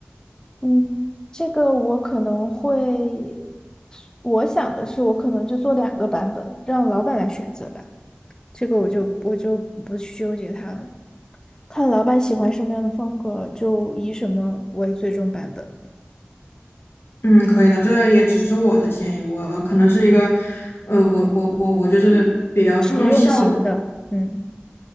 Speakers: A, on the left; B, on the left.
A: 嗯，这个我可能会，我想的是，我可能就做两个版本，让老板来选择吧。这个我就我就不去纠结它了，看老板喜欢什么样的风格，就以什么为最终版本，
B: 嗯，可以的，这也只是我的建议，我可能是一个，呃，我我我我就是比较注重效率。
A: 实用型的，嗯。